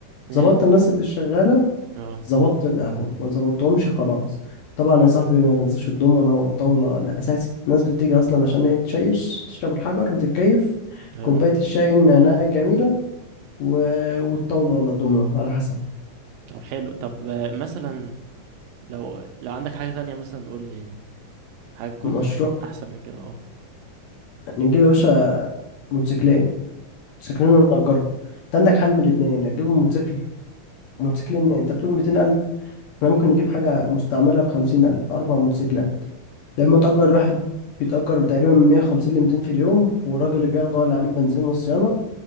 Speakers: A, on the right (about 80°); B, on the left (about 70°).
A: إيه،
B: ظبطت الناس اللي شغاله
A: اه
B: ظبطت القهوة ما ظبطتهمش خلاص طبعا يا صاحبي ما تنساش الضمنة والطاولة الأساسي الناس بتيجي أصلا عشان هي تشيش تشرب الحجر وتتكيف
A: ايوه
B: كوباية الشاي النعناع الجميلة و... والطاولة ولا الضمنة على حسب
A: طب حلو طب آه، مثلا لو لو عندك حاجه تانية مثلا قول لي حاجه تكون
B: مشروع
A: احسن من كده
B: نجيب يا باشا موتوسيكلين موتوسيكلين ونأجرهم أنت عندك حل من الاتنين لا تجيب موتوسيكل موتوسيكلين أنت بتقول ميتين ألف احنا ممكن نجيب حاجة مستعملة بخمسين ألف أربع موتوسيكلات لما تأجر
A: اه
B: الواحد بيتأجر تقريبا من 150 ل 200 في اليوم والراجل اللي بياخده ولا عليه البنزين والصيانة